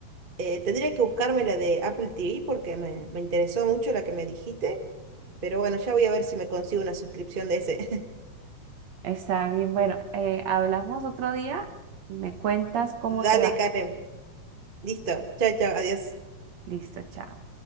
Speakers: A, on the right; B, on the right.
A: Eh, tendría que buscarme la de Apple TV porque me, me interesó mucho la que me dijiste, pero bueno, ya voy a ver si me consigo una suscripción de ese. <laughs>
B: <laughs> Está bien, bueno, eh, hablamos otro día. Me cuentas cómo
A: Dale,
B: te va.
A: Karen. Listo. Chao, chao, adiós.
B: Listo, chao.